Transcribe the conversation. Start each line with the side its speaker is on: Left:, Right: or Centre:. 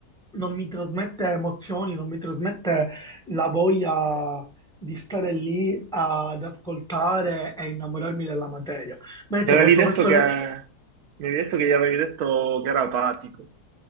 Centre: non mi trasmette emozioni, non mi trasmette la voglia di stare lì ad ascoltare e innamorarmi della materia. Mentre
Right: Mi avevi
Centre: col professore...
Right: detto che, mi avevi detto che gli avevi detto che era apatico.